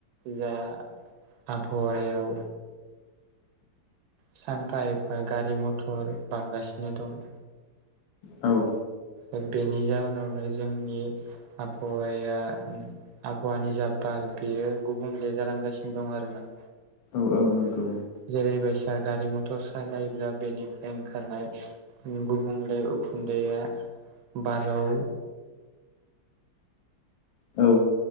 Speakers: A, on the right; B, on the left.
A: जा आबहावायाव सानफा ए ओ गारि मथर बांगासिनो दं।
B: औ
A: ओ बेनि जाउनावनो जोंनि आबहावाया उम आबहावानि जा बार बेयो गुबुंले जालांगासिनो दं आरोना।
B: औ औ नोंगौ।
A: जेरैबायसा गारि मथर सालायब्ला बेनिफ्राय ओंखारनाय उम गुबुंले उखुन्दैया बाराव
B: औ